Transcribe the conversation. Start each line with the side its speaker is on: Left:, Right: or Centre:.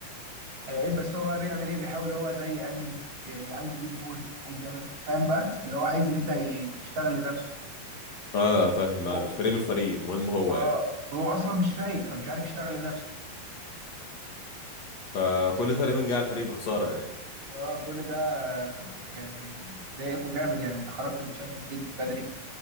Right: هيبقى بعيد بس هو بقى بيعمل ايه بيحاول هو زي يأنن يعني عايز يجيب جون عايز يعمل فاهم بقى اللي هو عايز يبدأ ي- يشتغل لنفسه
Left: اه فاهم ما-
Right: هو
Left: مش فارق له الفريق المهم هو
Right: اه
Left: يعني
Right: هو اصلا مش فايق فمش عارف يشتغل لنفسه
Left: فكل ده تقريبا جه على الفريق بخساره يعني
Right: اه كل ده آه، يعني مضايقكوا جامد يعني انت خرجت من تشامبيونز ليج بدري